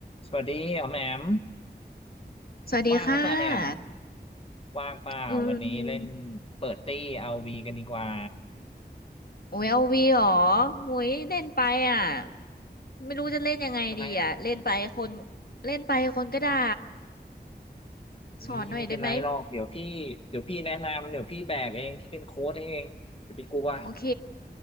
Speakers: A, on the left; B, on the left.
A: สวัสดีอ๋อมแอม
B: สวัสดีค่ะ
A: ว่างหรือเปล่าเนี่ยว่างเปล่าวันนี้เล่น
B: อืม
A: เปิดตี้เอาวีกันดีกว่า
B: โอ้ยเอาวีเหรอโอ้ยเล่นไปอ่ะไม่รู้จะเล่นยังไงดีอ่ะเล่นไปคน
A: ทำไมอ่ะ
B: เล่นไปคนก็ด่า
A: เฮ้ยไม่เป็นไรหรอกเดี๋ยวพี่เดี๋ยวพี่แนะนำเดี๋ยวพี่แบกเองพี่เป็นโค้ชเองอย่าไปกลัว
B: สอนหน่อยได้ไหมโอเค